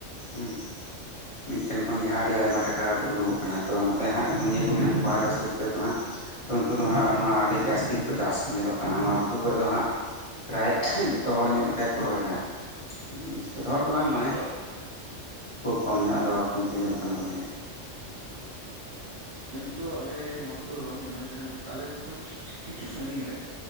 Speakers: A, on the left; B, on the right.
A: ᱦᱩᱸ ᱾ ᱢᱤᱫᱴᱮᱱ ᱠᱷᱚᱱ ᱜᱮ ᱦᱟᱸᱜ ᱟᱹᱰᱤ ᱟᱭᱢᱟ ᱴᱟᱠᱟ ᱩᱰᱩᱠᱚᱜ ᱠᱟᱱᱟ ᱛᱚ ᱱᱚᱛᱮ ᱦᱜ ᱜᱷᱩᱱᱭᱟᱹᱼᱼ ᱠᱚ ᱢᱮᱱᱟᱜ ᱠᱚᱣᱟ ᱟᱞᱮ ᱥᱩᱨ ᱛᱮᱫᱚ ᱦᱟᱸᱜ ᱛᱚ ᱩᱱᱠᱩ ᱫᱚ ᱦᱟᱸᱜ ᱱᱚᱣᱟ ᱟᱹᱰᱤ ᱡᱟᱹᱥᱛᱤᱼᱼ ᱠᱚ ᱪᱟᱥ ᱠᱚ ᱧᱮᱞᱚᱜ ᱠᱟᱱᱟ ᱾ ᱱᱚᱣᱟ ᱜᱷᱩᱴᱩ ᱠᱚᱨᱮ ᱫᱚ ᱦᱟᱸᱜ ᱯᱨᱟᱭ ᱡᱚᱛᱚ ᱦᱚᱲ ᱧᱚᱜ ᱞᱮᱠᱟ ᱜᱮ ᱠᱚ ᱨᱚᱦᱚᱭ ᱮᱫᱟ ᱾ ᱡᱚᱛᱚ ᱦᱚᱲ ᱫᱚ ᱵᱟᱝ
B: ᱚᱱᱟ
A: ᱢᱟᱱᱮ
B: ᱫᱚ
A: ᱠᱷᱩᱵ ᱠᱚᱢ ᱧᱚᱜ ᱾ᱟᱫᱚ ᱠᱤᱱᱛᱩ ᱧᱮᱞᱚᱜ ᱠᱟᱱᱟ ᱫᱚᱢᱮᱼᱼ
B: ᱟᱹᱠ ᱠᱫ ᱟᱞᱮ ᱱᱚᱣᱟ ᱠᱚᱨᱮ ᱫᱚ ᱵᱟᱝ ᱦᱩᱭᱩᱜᱼᱟ ᱢᱮᱱᱠᱷᱟᱱ ᱟᱞᱮ ᱠᱷᱚᱡ ᱠᱤᱪᱷᱩᱼᱼ ᱠᱤᱪᱷᱩ ᱥᱟᱹᱜᱤᱧ ᱨᱮ᱾